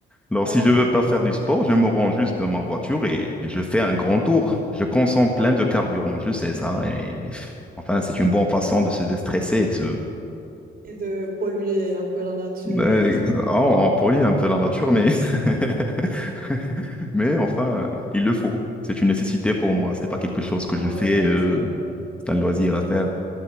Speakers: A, in the centre; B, on the right.
A: Alors,
B: Ah,
A: si je veux pas faire du sport, je me rends juste dans ma voiture et je fais un grand tour. Je consomme plein
B: ah.
A: de carburant, je sais ça. Et enfin, c'est une bonne façon de se déstresser et de se...
B: et de polluer un peu la nature.
A: Mais- ah, on polie un peu la nature, mais <laughs> mais enfin, il le faut. C'est une nécessité pour moi. C'est pas quelque chose que
B: Ah,
A: je
B: d'accord,
A: fais. euh,
B: c'est vrai.
A: C'est un loisir à faire.